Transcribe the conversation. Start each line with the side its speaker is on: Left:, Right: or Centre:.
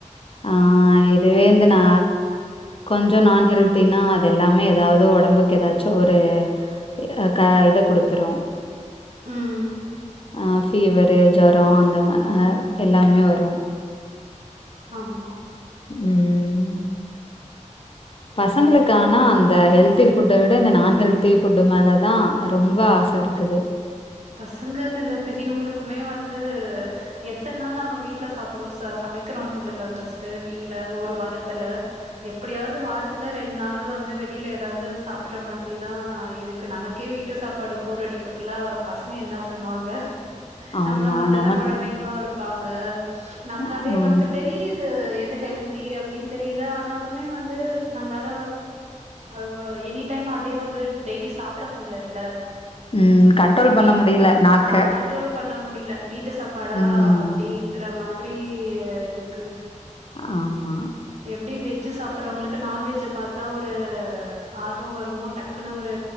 Left: ஆ இதுவே இந்து நா கொஞ்ச நான் ஹெல்தினா அது எல்லாமே எதாவ்து ஒடம்புக்கு எதாச்சு ஒரு இத க இத குடுத்துரு
Right: ம்
Left: அ ஃபீவரு ஜொரோ அந்த ம அ எல்லாமே வரு
Right: ஆமா
Left: ம் பசங்ளுக்கு ஆனா அந்த ஹெல்த்தி ஃபுட்ட விட இந்த நான் ஹெல்த்தி ஃபுட்டு மேலதா ரொம்ப ஆச இருக்குது
Right: பசங்கன இல்ல பெரியவுங்ளுக்குமே வந்து எத்தன் நாள் நம்ம வீட்ல சாப்புற்றோ ச சமக்கிறோ சொல்லுங்க ஃபஸ்ட்டு வீட்ல ஒரு வாரத்துல எப்புடியாவ்து வாரத்துல ரெண் நாள் வந்து வெளில எதாவ்து சாப்புற்ற மாதுரிதா இருக் கு நமக்கே வீட்டு சாப்பாடு போர் அடிக்கக்குல்ல பசங்க என்ன பண்ணுவாங்க
Left: ஆமா
Right: நம்ள மர்தான
Left: நம
Right: கொழந்தைங்ளு இருப்பாங்க நம்ளாலே
Left: ஆ.
Right: நமக்கு தெரியி து எது ஹெல்தி அப்டின் தெரியிது ஆனாலுமே வந்து நம்ளால அ பொ எனி டைம் அதே வந்து டெய்லி சாப்புட முல்லல்ல
Left: ம் கண்ட்ரோல் பண்ண
Right: வீட்
Left: முடிய்ல நாக்க
Right: ஆ கண்ட்ரோல் பண்ண முடில வீட்டு சாப்பாடா
Left: ம்.
Right: அப்டிங்ற மாத்ரி இருக்கு
Left: ஆமா
Right: எப்டி வெஜ்ஜி சாப்புற்றவுங்ளுக்கு நான்வெஜ்ஜ பாத்தா ஒரு ஆர்வ வருமோ டக்குனு ஒரு